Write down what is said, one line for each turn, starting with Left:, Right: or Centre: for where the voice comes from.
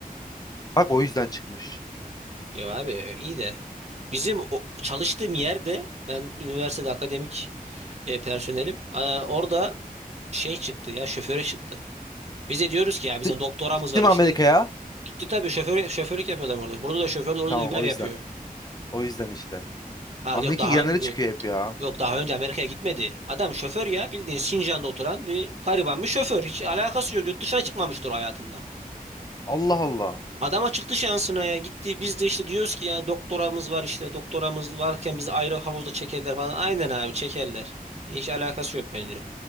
Left: Bak o yüzden çıkmış.
Right: Ya abi e, iyi de. Bizim o, çalıştığım yerde ben üniversitede akademik e, personelim. Aa, orada şey çıktı ya şoföre çıktı. Bize diyoruz ki ya bizim
Left: Di-
Right: doktoramız
Left: Gittim
Right: var işte.
Left: Amerika'ya.
Right: Gitti tabii şoför şoförlük yapıyor adam orada. Burada da şoför orada
Left: Tamam
Right: da Uber
Left: o
Right: yapıyor.
Left: yüzden. O yüzden işte.
Right: Ha
Left: Amerika'ya
Right: yok daha
Left: gidenlere
Right: önce
Left: çıkıyor hep ya.
Right: yok daha önce Amerika'ya gitmedi. Adam şoför ya bildiğin Sincan'da oturan bir gariban bir şoför. Hiç alakası yok. Yurt dışına çıkmamıştır o hayatında.
Left: Allah Allah.
Right: Adama çıktı şansına ya gitti. Biz de işte diyoruz ki ya doktoramız var işte doktoramız varken bizi ayrı havuzda çekerler falan. Aynen abi çekerler. Hiç alakası yok bence.